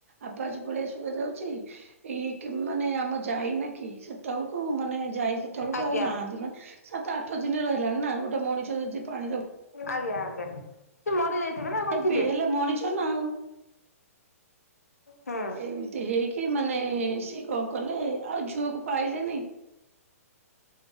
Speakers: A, on the right; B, on the left.
A: ଆବାଜ ଭଳିଆ ଶୁବା ଯାଉଛି। ଇଏ କି ମାନେ ଆମ ଯାଇନା କି ସେତେବେଳକୁ ମାନେ ଯାଇ ସେତେବେଳକୁ
B: ଆଜ୍ଞା
A: ଆଉ ନା େ <unintelligible> ସାତ ଆଠ ଦିନ ରହିଲାଣି ନା ଗୋଟେ ମଣିଷ ଯଦି ପାଣିରେ
B: ଆଜ୍ଞା ଆଜ୍ଞା <unintelligible> ସେ ମରି ଯାଇଥିବ ନା। କଣ
A: ଦେବି
B: ଥିବେ
A: ହେଲେ ମଣିଷ ନା ଆଉ
B: ହୁଁ
A: ଏତି ଏତେ ହେଇକି ମାନେ ସିଏ କଣ କଲେ ଆଉ ଝୁଅକୁ ପାଇଲେନି।